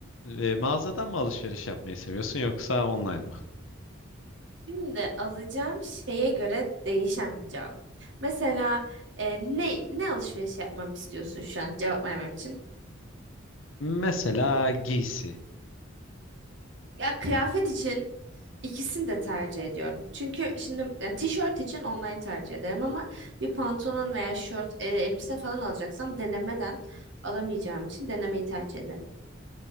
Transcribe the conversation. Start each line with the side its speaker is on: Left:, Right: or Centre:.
Left: E, mağazadan mı alışveriş yapmayı seviyorsun yoksa online mı?
Right: Şimdi alacağım şeye göre değişen bir cevap. Mesela e, ne ne alışveriş yapmamı istiyorsun şu an cevap vermem için?
Left: Mesela giysi.
Right: Ya kıyafet için ikisini de tercih ediyorum. Çünkü şimdi ya, tişört için online tercih ederim ama bir pantolon veya şort, e, elbise falan alacaksam denemeden alamayacağım için denemeyi tercih ederim.